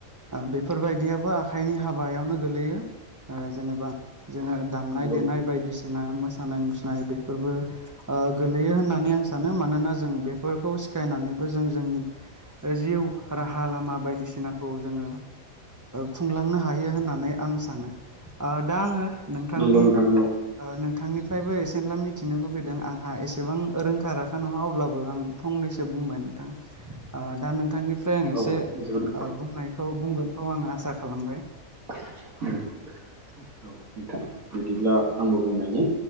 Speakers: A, on the right; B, on the right.
A: बेफोरबायदियाबो आखाइनि हाबायावनो गोलैयो जेनेबा जोङो दामनाय
B: नोंथां
A: देनाय बायदिसिना मोसानाय मुसुरनाय बेफोरबो गोलैयो होननानै होननानै आं सानो मानोना जों बेफोरखौ सिखायनानैबो जों जोंनि जिउ राहा लामा बायदिसिनाखौ जोङो खुंलांनो हायो होननानै आं सानो दा आङो नोंथांनि
B: नंगौ नोंथां नंगौ
A: नोंथांनिफ्रायबो एसेनला मिथिनो लुगैदों आंहा एसेबां रोंखा राखा नङा अब्लाबो आं फंनैसो बुंबाय नोंथां दा नोंथांनि फ्राय आं
B: औ
A: एसे
B: जोबोद
A: बुंनायखौ बुंगोनखौ आं आसा खालामबाय
B: <unintelligible> नोंथां बिदिब्ला आंबो बुंनायनि